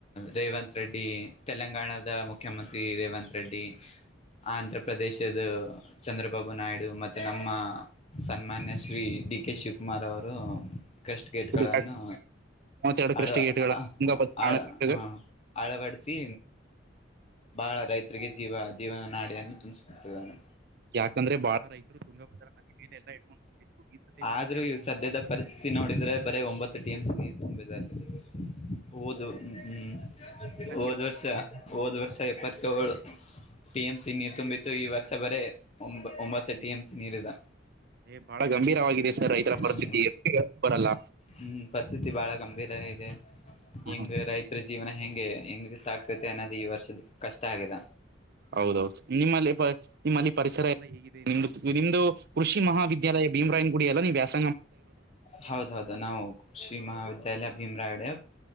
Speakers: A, on the left; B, on the right.
A: ರೇವಂತ್ ರೆಡ್ಡಿ ತೆಲಂಗಾಣದ ಮುಖ್ಯಮಂತ್ರಿ ರೇವಂತ್ ರೆಡ್ಡಿ ಆಂಧ್ರ ಪ್ರ್ರದೇಶದು ಚಂದ್ರಬಾಬು ನಾಯ್ಡು ಮತ್ತೆ ನಮ್ಮ ಸನ್ಮಾನ್ಯ ಶ್ರೀ ಡಿ ಕೆ ಶಿವಕುಮಾರ್ ಅವರು ಕಷ್ಟ್ ಗೇಟ್ಗಳನ್ನು
B: ಇದು ಕರೆಕ್ಟ್. ಮೂವತ್ತೆರಡು
A: ಅಳು
B: ಕೃಷಿ ಗೇಟ್ಗಳ
A: ಅ
B: ತುಂಗಭದ್ರ ಕಾರಣಕ್ಕೆ
A: ಅ ಹ ಅಳವಡಿಸಿ ಬಾಳ ರೈತರಿಗೆ ಜೀವ ಜೀವನ ನಾಡಿಯನ್ನು ತುಂಬಿಸಿ ಕೊಟ್ಟಿದ್ದಾರೆ
B: ಯಾಕಂದ್ರೆ ಬಾಳ ರೈತರು ತುಂಗಭದ್ರ ಮನೆ ಮೇಲೆ ಎಲ್ಲಾ ಇಟ್ಕೊಂಡಿದ್ರು ಈ ಸಲ
A: ಆದ್ರೂ
B: ಮೂವತ್ತೆರಡು
A: ಇವು ಸದ್ಯದ ನೋಡಿದ್ರೆ ಬರೀ ಒಂಬತ್ತು ಟಿ ಎಂ ಸಿ ನೀರ್ ತುಂಬಿದೆ ಅಲ್ಲಿ ಹಓದು ಹ್ಮ್ ಹ್ಮ್
B: ಇನ್ನ
A: ಹೋದ್
B: ನೀರು ಬಿಡುತ್ತಿಲ್ಲ
A: ವರ್ಷ ಹೋದ್ ವರ್ಷ ಎಪ್ಪತ್ತೇಳು ಟಿ ಎಂ ಸಿ ನೀರ್ ತುಂಬಿತ್ತು ಈ ವರ್ಷ ಬರೇ ಒಮ್ಬ ಒಂಬತ್ತು ಟಿ ಎಂ ಸಿ ನೀರಿದೆ
B: ಏ ಬಾಳ ಗಂಭೀರವಾಗಿದೆ ಸರ್ ರೈತರ ಪರಿಸ್ಥಿತಿ
A: ಹ್ಮ್
B: ಎತ್ತಿಗೆ ಯಾಕ್ ಬರಲ್ಲ
A: ಹ್ಮ್ ಪರಿಸ್ಥಿತಿ ಬಹಳ ಗಂಭೀರ ಇದೆ ಹೆಂಗೆ
B: ಹ
A: ರೈತರು ಜೀವನ ಹೆಂಗೆ ಹೆಂಗೆ ಸಾಕ್ತೈತೆ ಅನ್ನೋದು ಈ ವರ್ಷದ ಕಷ್ಟ ಆಗಿದೆ
B: ಹೌದೌದು ನಿಮ್ಮಲ್ಲಿ ನಿಮ್ಮಲ್ಲಿ ಬಟ್ ಪರಿಸರ ಎಲ್ಲ ಹೇಗಿದೆ ನಿಮ್ದು ನಿಮ್ದು ಕೃಷಿ ಮಹಾವಿದ್ಯಾಲಯ ಭೀಮರಾಯನ್ ಗುಡಿ ಎಲ್ಲ ನೀವ್ಯಾಸ
A: ಹೌದೌದು ನಾವು ಕೃಷಿ ಮಹಾವಿದ್ಯ ತೈಲ ಭೀಮ್ರಾಡೆಯವ್